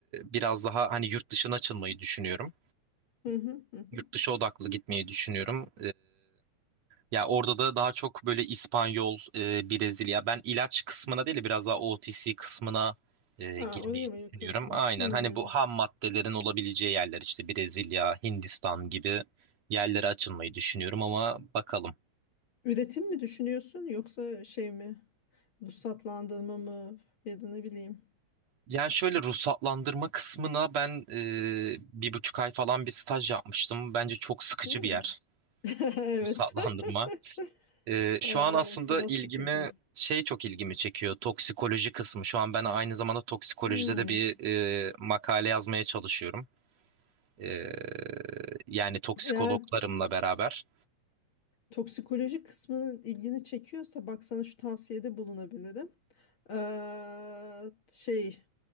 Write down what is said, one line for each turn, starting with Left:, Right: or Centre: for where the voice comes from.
Right: biraz daha hani yurt dışına açılmayı düşünüyorum.
Left: hı hı, hı hı.
Right: Yurt dışı odaklı gitmeyi düşünüyorum. Ya orada da daha çok böyle İspanyol, e, Brezilya. Ben ilaç kısmına değil de biraz daha OTC kısmına e,
Left: Ha,
Right: girmeyi
Left: oraya mı
Right: düşünüyorum.
Left: yakınsın?
Right: Aynen
Left: Hmm.
Right: hani bu ham maddelerin olabileceği yerler işte Brezilya, Hindistan gibi yerlere açılmayı düşünüyorum ama bakalım.
Left: Üretim mi düşünüyorsun yoksa şey mi? Ruhsatlandırma mı? Ya da ne bileyim.
Right: Yani şöyle ruhsatlandırma kısmına ben e, bir buçuk ay falan bir staj yapmıştım. Bence çok sıkıcı
Left: Hmm.
Right: bir yer
Left: <laughs> Evet.
Right: ruhsatlandırma.
Left: <laughs>
Right: Ee, şu
Left: Ha,
Right: an aslında
Left: Evet biraz
Right: ilgimi
Left: sıkıcı.
Right: şey çok ilgimi çekiyor toksikoloji kısmı. Şu an ben aynı zamanda toksikolojide
Left: Hmm.
Right: de bir e, makale yazmaya çalışıyorum. Ee, yani toksikologlarımla
Left: Eğer
Right: beraber.
Left: toksikoloji kısmının ilgini çekiyorsa bak sana şu tavsiyede bulunabilirim. Ee, şey